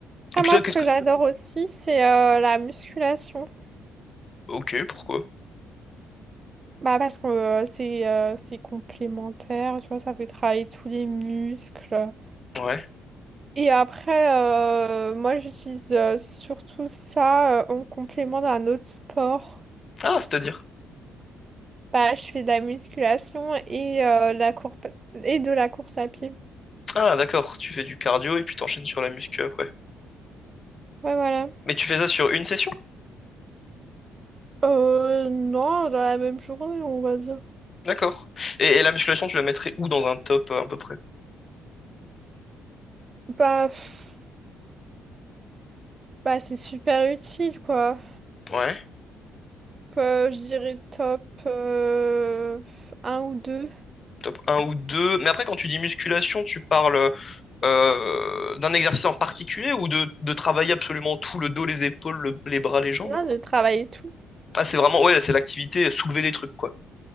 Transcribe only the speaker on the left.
et puis
toi,
qu'est-ce
que.
Ok, pourquoi?
Ouais.
Ah, c'est-à-dire.
Ah, d'accord. Tu fais du cardio et puis t'enchaînes sur la muscu après.
Mais tu fais ça sur une session?
D'accord. Et, et la musculation, tu la mettrais où dans un top euh, à peu près?
Ouais.
top un ou 2, Mais après, quand tu dis musculation, tu parles euh, d'un exercice en particulier ou de, de travailler absolument tout, le dos, les épaules, le- les bras, les jambes?
Ah, c'est vraiment, ouais, c'est l'activité soulever des trucs, quoi.